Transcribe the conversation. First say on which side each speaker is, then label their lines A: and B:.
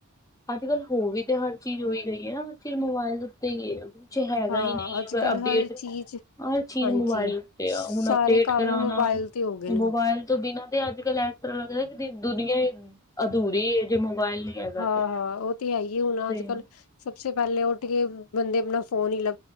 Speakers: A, on the left; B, on the left.
A: ਅੱਜ ਕੱਲ ਹੋ ਵੀ ਤੇ ਹਰ ਚੀਜ਼ ਹੋਈ ਗਈ ਹੈ ਨਾ ਚਿਰ ਮੋਬਾਇਲ ਦੇ ਉੱਤੇ ਗਏ ਆ।
B: ਹਾਂ
A: ਹੈਗਾ ਹੀ ਨਹੀਂ
B: ਅੱਜ
A: ਅਗ
B: ਕੱਲ
A: ਅਪਡੇਟ
B: ਹਰ
A: ਹਰ
B: ਚੀਜ਼
A: ਚੀਜ਼
B: ਹਾਂਜੀ
A: ਮੋਬਾਇਲ ਤੇ ਆ
B: ਸਾਰੇ
A: ਹੁਣ ਅਪਡੇਟ
B: ਕੰਮ
A: ਕਰਾਣਾ
B: ਮੋਬਾਇਲ ਤੇ ਹੋ ਗਏ ਨੇ
A: ਮੋਬਾਇਲ ਤੋਂ ਬਿਨਾਂ ਤੇ ਅੱਜ ਗੱਲ ਇਸ ਤਰ੍ਹਾਂ ਲੱਗਦਾ ਕਿ ਦੁਨੀਆਂ ਅਧੂਰੀ ਹੈ ਜੇ। ਮੋਬਾਇਲ ਨਹੀਂ ਹੈਗਾ
B: ਹਾਂ
A: ਤੇ
B: ਹਾਂ ਉਹ ਤੇ ਹੈ ਹੁਣ
A: ਤੇ
B: ਅੱਜ ਕੱਲ੍ਹ ਸਭਸੇ। ਪਹਿਲੇ ਉੱਠ ਕੇ ਬੰਦੇ ਆਪਣਾ ਫੋਨ ਹੀ ਲ।